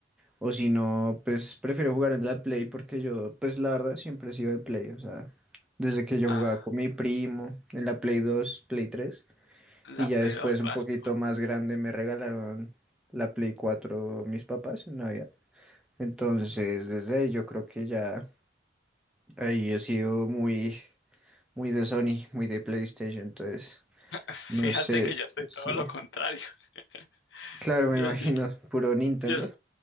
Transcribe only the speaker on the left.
ah,
la
Play
2 clásica
<laughs> Fíjate
que yo soy
todo lo contrario. <laughs>
Yo,
yo,
yo,